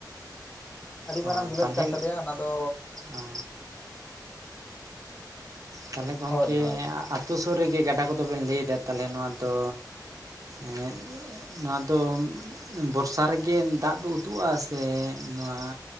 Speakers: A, on the left (about 20°); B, on the right (about 50°).
A: ᱾ ᱟᱰᱤ
B: ᱚ
A: ᱢᱟᱨᱟᱝ ᱵᱤᱞᱟᱹᱛ
B: ᱛᱟᱞᱦᱮ
A: ᱠᱟᱱ ᱛᱟᱞᱮᱭᱟ ᱚᱱᱟᱫᱚ
B: ᱚ ᱛᱟᱞᱦᱮ ᱜᱚᱝᱠᱮ
A: ᱦᱳᱭ ᱦᱳᱭ
B: ᱟᱛᱳ ᱥᱩᱨ ᱨᱮᱜᱮ ᱜᱟᱰᱟ ᱠᱚᱫᱚ ᱵᱮᱱ ᱞᱟᱹᱭᱫᱟ᱾ ᱛᱟᱞᱦᱮ ᱱᱚᱣᱟ ᱫᱚ ᱮᱸᱻ ᱱᱚᱣᱟ ᱫᱚ ᱵᱚᱨᱥᱟ ᱨᱮᱜᱮ ᱫᱟᱜ ᱫᱚ ᱩᱛᱩᱜᱼᱟ ᱥᱮ ᱱᱚᱣᱟ